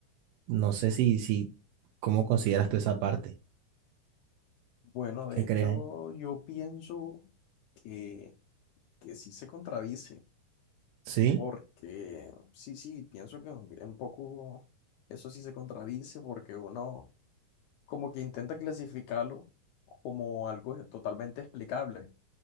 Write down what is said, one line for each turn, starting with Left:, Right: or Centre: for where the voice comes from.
Right: No sé si, si, ¿cómo consideras tú esa parte?
Left: Bueno, de
Right: ¿Qué
Left: hecho,
Right: crees ahí?
Left: yo pienso que, que sí se contradice,
Right: Sí,
Left: porque sí, sí, pienso que un un poco eso sí se contradice, porque uno como que intenta clasificarlo como algo totalmente explicable.